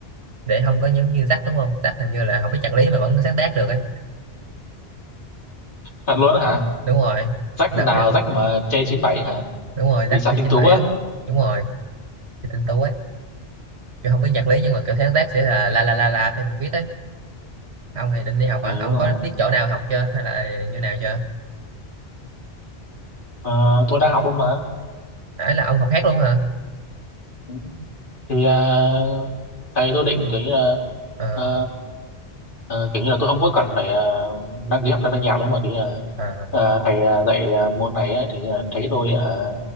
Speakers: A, on the right; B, on the left.
A: để không có giống như Jack đúng không Jack hình như là không biết nhạc lý mà vẫn sáng tác được ấy
B: Thật luôn á hả?
A: đúng rồi
B: Rách
A: đợt
B: nào
A: kìa.
B: rách mà j bảy hả?
A: đúng rồi Jack
B: Vì sao
A: thi
B: tinh
A: 97
B: tú á?
A: á đúng rồi thì tinh tú ấy kiểu không biết nhạc lý nhưng mà kiểu sáng tác sẽ là la la la la theo con viết á ông thì định đi học
B: Ừ
A: hả ông
B: đúng rồi.
A: có biết chỗ nào học chưa hay là như nào chưa
B: Ờ, tôi đang học luôn mà.
A: ấy là ông học hát luôn hả
B: Ừ. Thì ờ, thầy tôi định kiểu như là
A: ờ
B: ờ, Ờ, kiểu như là tôi không có cần phải ờ, đăng ký học thêm thanh nhạc nữa mà kiểu như là
A: ờ
B: ờ, thầy ờ, dạy ờ, môn này ấy, thì ờ, thấy tôi ờ,